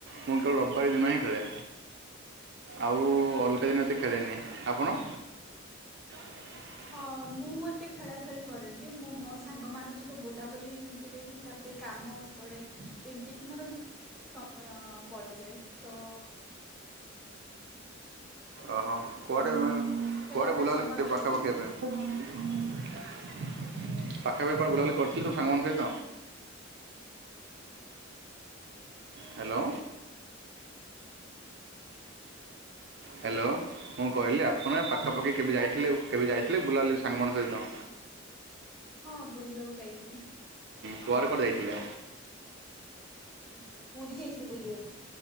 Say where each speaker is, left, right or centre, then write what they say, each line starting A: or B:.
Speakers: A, on the right; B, in the centre.
A: ମୁଁ କେବଳ ରବିବାର ଦିନ ହିଁ ଖେଳେ। ଆଉ
B: ଉଁ
A: ଅଲଗା
B: ହୁଁ
A: ଦିନ ଏତେ ଖେଳେନି। ଆପଣ? <inaudible>
B: ହଁ ମୁଁ ଏତେ ଖେଳା ଖେଳି କରେନି। ମୁଁ ମୋ ସାଙ୍ଗମାନଙ୍କ ସହିତ ବୁଲାବୁଲି ସେଥିରେ ହିଁ ତାପରେ କାମ ପଡ଼େ ଏମିତିକି ମୋର ମାନେ ସମୟ ପଳେଇଯାଏ। ତ
A: ଓହୋ। କୁଆଡେ
B: ଖେଳିବା
A: କୁଆଡେ
B: ପାଇଁ
A: ବୁଲାବୁଲି
B: ସମୟ ମିଳେନି
A: ପାଖାପାଖି
B: ଆଉ
A: ଏବେ। ପାଖାପାଖି କଣ ବୁଲାବୁଲି କରୁଥିଲୁ ସାଙ୍ଗମାନଙ୍କ ସହିତ। ହ୍ୟାଲୋ। ହ୍ୟାଲୋ ମୁଁ କହିଲି ଆପଣ ପାଖାପାଖି
B: ହଁ କୁହ
A: କେବେ ଯାଇଥିଲେ କେବେ ଯାଇଥିଲେ ବୁଲାବୁଲି ସାଙ୍ଗମାନଙ୍କ ସହିତ।
B: ହଁ ବୁଲିବାକୁ ଯାଇଥିଲି।
A: କୁଆଡେ କୁଆଡେ ଯାଇଥିଲେ?
B: ଏଇ ପୁରୀ ଯାଇଥିଲୁ ବୁଲିବାକୁ।